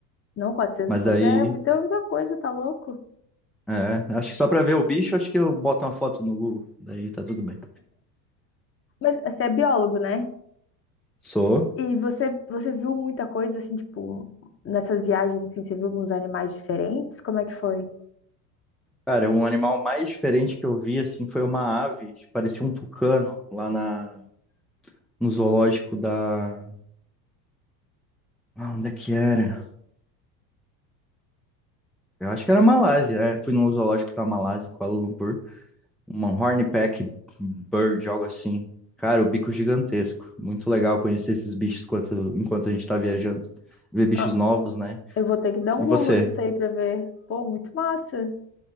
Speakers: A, on the left; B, in the centre.
A: Não, 400
B: Mas
A: conto
B: daí,
A: é muita, muita coisa, tá louco?
B: é, acho que só para ver o bicho, acho que eu boto uma foto no Google, daí tá tudo bem.
A: Mas você é biólogo, né?
B: Sou
A: E você, você viu muita coisa, assim, tipo, nessas viagens, assim, você viu alguns animais diferentes? Como é que foi?
B: Cara, um animal mais diferente que eu vi, assim, foi uma ave, que parecia um tucano, lá na, no zoológico da... Ah, onde é que era? Eu acho que era Malásia, é. Fui no zoológico da Malásia, em Kuala Lumpur. Uma hornpeck bird, algo assim. Cara, o bico gigantesco. Muito legal conhecer esses bichos enquanto, enquanto a gente tá viajando. Ver bichos
A: Nó-
B: novos, né?
A: Eu vou ter que dar um
B: E você?
A: Google nisso aí pra ver. Pô, muito massa.